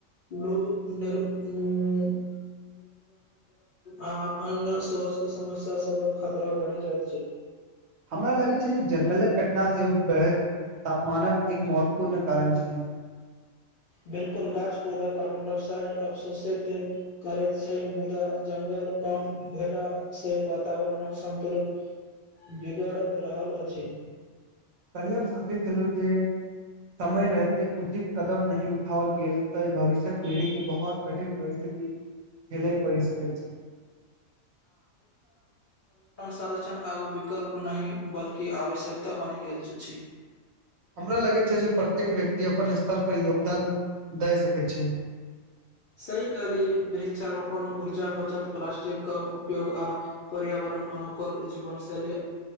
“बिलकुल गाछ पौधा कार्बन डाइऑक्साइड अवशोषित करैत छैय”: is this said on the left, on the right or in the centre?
Left